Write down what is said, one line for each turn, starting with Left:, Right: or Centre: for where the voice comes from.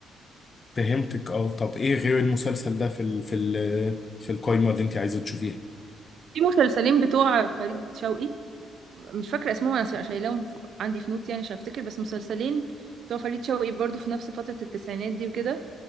Left: فهمتك اه طب ايه غير المسلسل ده في ال في ال في القايمة اللي انت عايزة تشوفيها
Right: في مسلسلين بتوع فريد شوقي مش فاكرة اسمهم أنا شايلاهم ف- عندي في نوت يعني عشان أفتكر بس مسلسلين بتوع فريد شوقي برضو في نفس فترة التسعينات دي وكده